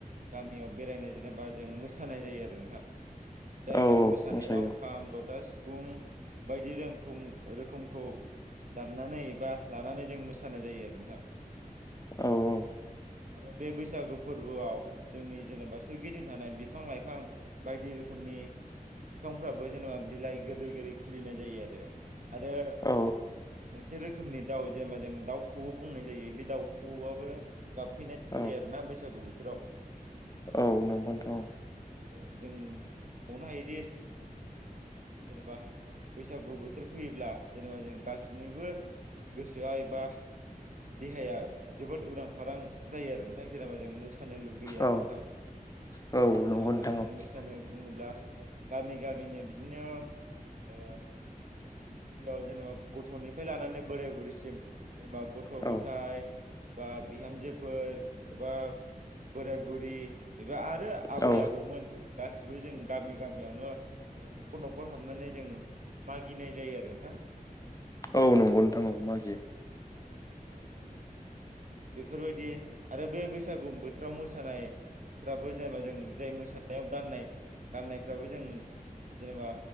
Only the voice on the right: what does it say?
गामियाव बेरायनाय जेनेबा जों मोस जायो आरो नोंथां जाय
जों मोसानायाव
खाम सिबुं बायदि रमखौ रोखोमखौ दामनानै बा लानानै जों मोसानाय जायो आरो नोंथां
आरो बे बैसागो फोरबोआव जोंनि जेनेबा सोरगिदिं थानाय बिफां लाइफां बायदि रोखोमनि बिफांफोराबो जेनेबा बिलाइ गोरलै गोरलै खिलिनाय जायो आरो आरो
मोनसे रोखोमनि दाउ जेनेबा जों दाउखौबो बुंनाय जायो बे दाउखौआबो गाबफैनाय जायो
आरोना बैसागु बोथोराव
औ आरो जों बुंबावनो हायोदि जों जेनेबा बैसागु बोथोर फैयोब्ला जेनेबा जों गासिनिबो गोसोआ एबा देहाया जोबोद उरां फारां जायो आरो नोंथां जेनेबा जों मोसा थानो लुगैयो आरो
नोंथां
जेनेबा जों
मोसानो बुङोब्ला गामि गामिनो बिदिनो ओ गिबियाव जेनेबा गथ'निफ्राय लानानै बोराय बुरैसिम जेनेबा गथ'
गथाय एबा बिहामजोफोर एबा बोराय बुरि एबा आरो आबै
आबौमोन गासिबो जों गामि गामियावनो जेनेबा न'खर न'खर हाबनानै जों मागिनाय जायो आरो नोंथां
औ जेनेबा जोङो बेफोरबायदि आरो बे बैसागु बोथोराव मोसानायफ्राबो जेनेबा जों जाय मोसानायाव गाननाय गाननायफ्राबो जों। जेनेबा